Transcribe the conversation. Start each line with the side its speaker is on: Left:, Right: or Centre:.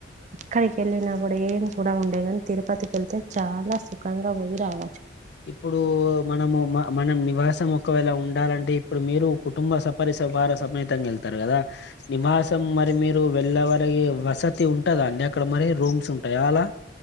Right: ఎక్కడికి ఎళ్ళినా గుడా ఏం కూడా ఉండే గాని తిరుపతికెళ్తే చాలా సుఖంగా పోయి రావ
Left: ఇప్పుడు మనము మ మనం నివాసం ఒకవేళ ఉండాలంటే ఇప్పుడు మీరు కుటుంబ సపరిసవార సమేతంగా ఎళ్తారు కదా, నివాసం మరి మీరు వెళ్ళవరకి వసతి ఉంటదా అండి అక్కడ మరి రూమ్స్ ఉంటాయ అలా.